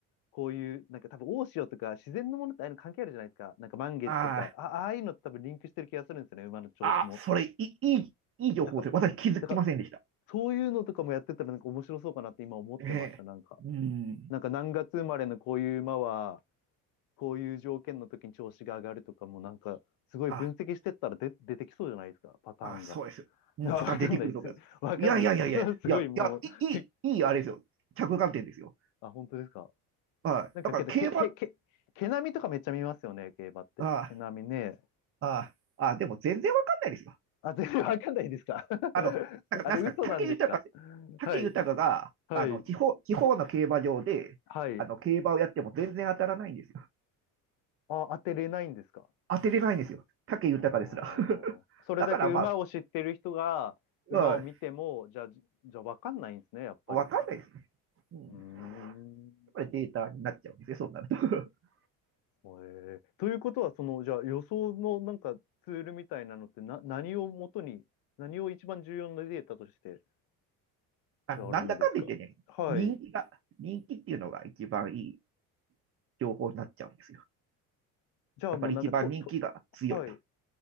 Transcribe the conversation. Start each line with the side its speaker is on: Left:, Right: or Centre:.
Left: こういう、なんか多分大潮とか自然のものってああいうの関係あるじゃないですか。なんか満月とか、
Right: あ
Left: あ、ああいうのって多分リンクしてる気がするんですよね、馬の調子も。
Right: あ、ああ、それ、いい、いい、いい情報です。
Left: なんか、
Right: 私気づきませんでした。
Left: だからそういうのとかもやってたらなんか面白そうかなって今思ってました、
Right: ええ、
Left: なんか。
Right: うん。
Left: なんか何月生まれのこういう馬は、こういう条件の時に調子が上がるとかもなんか、すごい分析してったら出、
Right: あ、
Left: 出てきそうじゃないですか、パターンが。
Right: あ、そうです。
Left: <laughs>
Right: うん、
Left: あ、
Right: パターン出てくると思います。
Left: わかんないっす。わかんないっすけど、
Right: いやいやいやいや、いや、
Left: <laughs> すごいもう、
Right: いや、いい、
Left: <laughs> で
Right: いい、いいあれですよ。着眼点ですよ。
Left: あ、本当ですか。
Right: はい。
Left: なんかけど、
Right: だから競馬、
Left: け、け、
Right: あ
Left: け、毛並みとかめっちゃ見ますよね、競馬って。
Right: あ、
Left: 毛並みね。
Right: ああ、あでも全然わかんないですよ。
Left: あ、全然 <laughs> わかんないですか。<laughs>
Right: あの、なんか、
Left: あれ、
Right: なんすかね、
Left: 嘘なんですか。
Right: 武豊、武豊が、
Left: はい、はい、
Right: あの、地方、地方の競馬場で、
Left: はい。
Right: あの、競馬をやっても全然当たらないんですよ。
Left: あ、当てれないんですか。
Right: 当てれないんですよ。武豊ですら。
Left: あーそれだけ馬を知ってる人が、
Right: <laughs> だからまあ、
Left: 馬を見ても、
Right: う
Left: じゃあ、じじゃあわかんないんですね、やっぱり。
Right: ん、わかんないですね。うん。
Left: うーん。
Right: やっぱりデータになっちゃうんですね、そうなると <laughs>
Left: へえということは、その、じゃあ予想のなんかツールみたいなのってな、何をもとに、何を一番重要なデータとして
Right: あの。
Left: やるんですかはい。
Right: なんだかんだ言ってね、人気が、人気っていうのが一番いい情報になっちゃうんですよ。
Left: じゃあもうなんかと、
Right: やっぱり一番人気が強いと。
Left: と、はい。